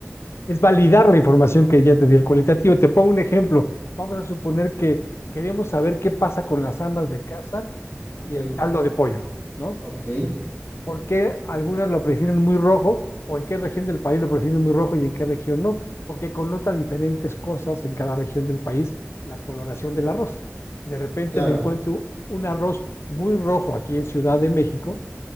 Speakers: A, on the left (about 65°); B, on the left (about 40°).
A: es validar la información que ya te dio el
B: Ujú.
A: cualitativo. Te pongo un ejemplo. Vamos a suponer que queremos saber qué pasa con las amas de casa
B: Ok,
A: y el caldo de pollo, ¿no?
B: ok,
A: ¿Por qué algunas lo prefieren muy rojo o en qué región del país lo prefieren muy rojo y en qué región no? Porque connota diferentes cosas en cada región del país la coloración del arroz. Si de repente
B: claro.
A: me encuentro un arroz muy rojo aquí en Ciudad de México,